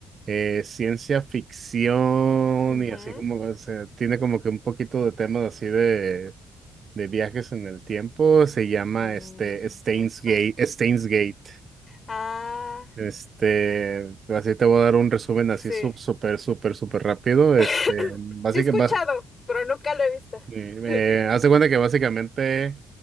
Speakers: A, on the right; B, on the left.
A: eh, ciencia ficción
B: Ujú.
A: y así como que se- tiene como que un poquito de temas así de, de viajes en el tiempo. Se llama
B: Mm,
A: este Steins
B: me suena.
A: Gate, Steins Gate.
B: Ah,
A: Este, así te voy a dar un resumen
B: sí.
A: así súper, súper, súper rápido.
B: <coughs> <clears throat>
A: Este, básicamente,
B: Sí he escuchado, pero nunca lo he visto.
A: eh,
B: <laughs>
A: hace cuenta que básicamente